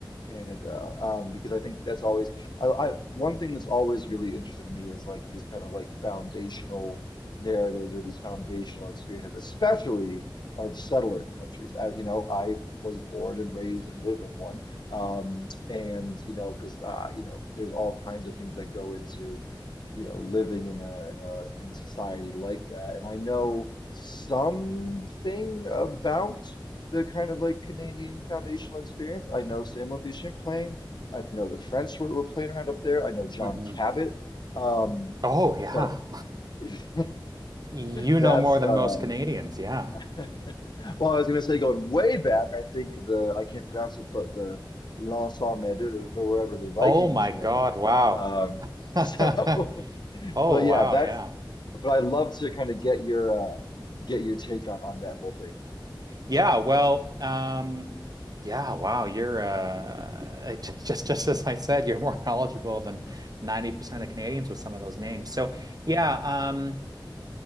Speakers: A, on the left; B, on the right.
A: Canada, um, because I think that's always I, I one thing that's always really interested me is like these kind of like foundational narratives or these foundational experiences, especially of settler countries. As you know, I was born and raised and live in one, um, and you know, because uh, you know, there's all kinds of things that go into you know, living in a in a in a society like that. And I know something about the kind of like Canadian foundational experience. I know Samuel de Champlain. I know the French were, were playing around up there. I know John
B: hmm
A: Cabot. Um,
B: Oh, yeah.
A: but
B: <laughs>
A: <laughs>
B: You
A: that's
B: know more than
A: uh
B: most Canadians. Yeah.
A: <laughs> well, I was gonna say going way back, I think the I can't pronounce it, but the L'Anse aux Meadows or wherever the Vikings
B: Oh my
A: landed.
B: God. Wow.
A: Um, so
B: <laughs>
A: <laughs>
B: Oh,
A: But
B: wow.
A: yeah, that's
B: Yeah.
A: but I would love to kind of get your uh get your take on on that whole thing.
B: Yeah. Well, um, yeah. Wow. You're, uh, I- just, <laughs> just, just as I said, you're more <laughs> knowledgeable than 90% of Canadians with some of those names. So, yeah. um,